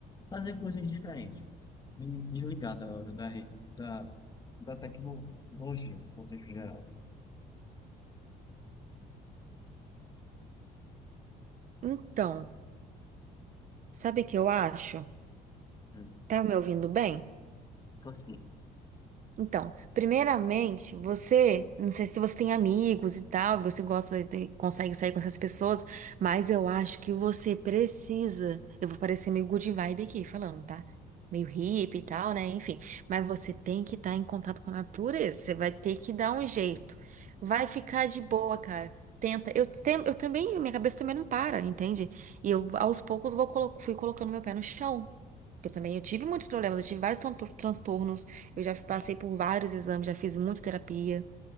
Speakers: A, on the left (about 25°); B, on the right (about 50°).
A: fazer coisas diferentes, me desligar da, da, re- da, da tecnologia, no contexto geral.
B: Então, sabe o que eu acho?
A: Hum,
B: Tá me ouvindo bem?
A: Continue.
B: Então, primeiramente, você, não sei se você tem amigos e tal, você gosta de, consegue sair com essas pessoas, mas eu acho que você precisa. Eu vou parecer meio good vibe aqui falando, tá? Meio hippie e tal, né? Enfim, mas você tem que estar em contato com a natureza, você vai ter que dar um jeito. Vai ficar de boa, cara. Tenta. Eu, tem- eu também, minha cabeça também não para, entende? E eu, aos poucos, vou, colo- fui colocando meu pé no chão. Eu também, eu tive muitos problemas, eu tive vários tran- transtornos. Eu já passei por vários exames, já fiz muita terapia,